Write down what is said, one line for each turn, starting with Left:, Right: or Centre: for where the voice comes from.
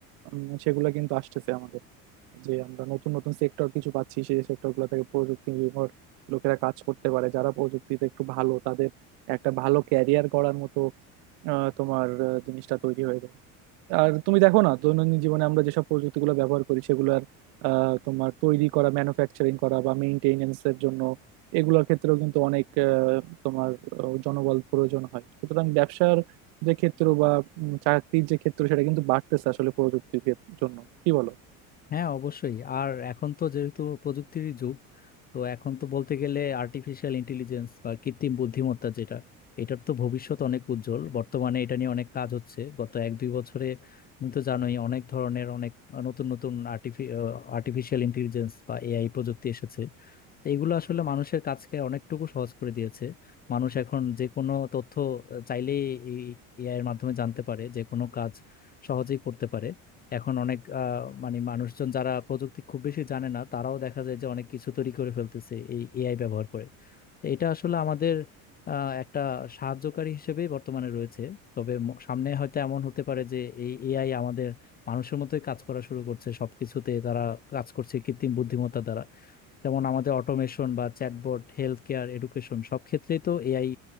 Right: উম, সেগুলা কিন্তু আসতেছে আমাদের যে আমরা নতুন নতুন সেক্টর কিছু পাচ্ছি সেই সেক্টর গুলো থেকে প্রযুক্তি নির্ভর লোকেরা কাজ করতে পারে যারা প্রযুক্তিতে একটু ভালো তাদের একটা ভালো ক্যারিয়ার গড়ার মতো আহ, তোমার আহ, জিনিসটা তৈরি হয়ে যায় আর তুমি দেখো না দৈনন্দিন জীবনে আমরা যেসব প্রযুক্তিগুলো ব্যবহার করি সেগুলোর আহ, তোমার তৈরি করা ম্যানুফ্যাকচারিং করা বা মেইনটেনেন্স এর জন্য এগুলোর ক্ষেত্রেও কিন্তু অনেক আহ, তোমার আহ, জনবল প্রয়োজন হয় সুতরাং ব্যবসার যে ক্ষেত্র বা উম, চাকরির যে ক্ষেত্র সেটা কিন্তু বাড়তেছে আসলে প্রযুক্তির ক্ষেত- জন্য কি বলো
Left: হ্যাঁ অবশ্যই আর এখন তো যেহেতু প্রযুক্তির যুগ তো এখন তো বলতে গেলে আর্টিফিশিয়াল ইন্টেলিজেন্স বা কৃত্রিম বুদ্ধিমত্তা যেটা এটার তো ভবিষ্যৎ অনেক উজ্জ্বল বর্তমানে এটা নিয়ে অনেক কাজ হচ্ছে গত এক দুই বছরে তুমি তো জানোই অনেক ধরনের অনেক নতুন নতুন আর্টিফি আর্টিফিশিয়াল ইন্টেলিজেন্স বা এআই প্রযুক্তি এসেছে তো এগুলো আসলে মানুষের কাজকে অনেকটুকু সহজ করে দিয়েছে মানুষ এখন যে কোনো তথ্য আহ, চাইলেই এই এআই এর মাধ্যমে জানতে পারে যে কোনো কাজ সহজেই করতে পারে এখন অনেক আহ, মানে মানুষজন যারা প্রযুক্তি খুব বেশি জানে না তারাও দেখা যায় যে অনেক কিছু তৈরি করে ফেলতেছে এই এআই ব্যবহার করে তো এটা আসলে আমাদের আহ, একটা সাহায্যকারী হিসেবেই বর্তমানে রয়েছে তবে ম- সামনে হয়তো এমন হতে পারে যে এই এআই আমাদের মানুষের মতোই কাজ করা শুরু করছে সবকিছুতে তারা কাজ করছে কৃত্রিম বুদ্ধিমত্তা দ্বারা যেমন আমাদের অটোমেশন বা চ্যাটবট হেলথ কেয়ার এডুকেশন সব ক্ষেত্রেই তো এআই